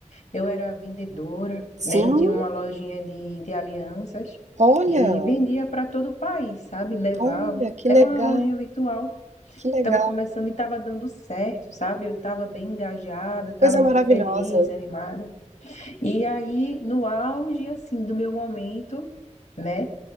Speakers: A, on the left; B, on the right.
A: Eu era vendedora, né?
B: Sim,
A: Eu tinha uma lojinha de, de alianças
B: olha,
A: e vendia para todo o país, sabe? Levava.
B: olha, que
A: Era
B: legal,
A: uma lojinha virtual.
B: que legal,
A: Estava começando e estava dando certo, sabe? Eu estava bem engajada, estava
B: coisa
A: muito
B: maravilhosa.
A: feliz, animada. E aí, no auge, assim, do meu momento, né?